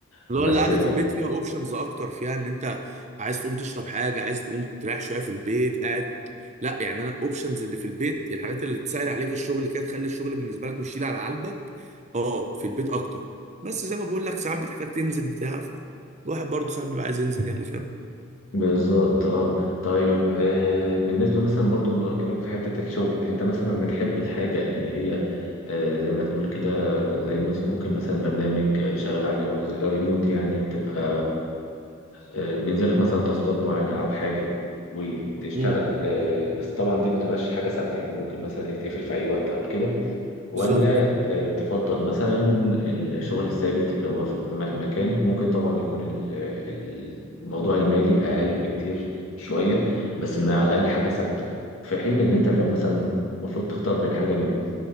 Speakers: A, on the right; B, on the left.
A: اللي
B: بس
A: هو اللي قعدة البيت فيها اوبشنز اكتر فيها ان انت عايز تقوم تشرب حاجة عايز تقوم تريح شوية في البيت قاعد لا يعني انا اوبشنز اللي في البيت الحاجات اللي تسهل عليك الشغل كده تخلي الشغل بالنسبة لك مش شيل على قلبك اه في البيت اكتر بس زي ما بقول لك ساعات بتحتاج تنزل بتاع ف- الواحد برضه ساعات بيبقى عايز ينزل يعني فاهم
B: بالظبط اه طيب آه بالنسبة مثلا برضو أكلمك في حتة الشغل انت مثلا بتحب الحاجة اللي هي آه زي ما تقول كده زي مس- ممكن مثلا برنامج آه، شغال عليه او زي- ريموت يعني بتبقى آه بينزلك مثلا تاسكات معينة او حاجة وتشتغل
A: امم
B: آه بس طبعا دي ما تبقاش حاجة ثابتة يعني ممكن مثلا يتقفل في اي وقت او كده ولا
A: بالظبط
B: آه، تفضل مثلا الشغل الثابت اللي هو في م- مكان ممكن طبعا يكون ال- ال- الموضوع المالي أقل بكتير شوية بس إنها على الأقل حاجة ثابتة في حين إن أنت لو مثلا المفروض تختار بين حاجة منهم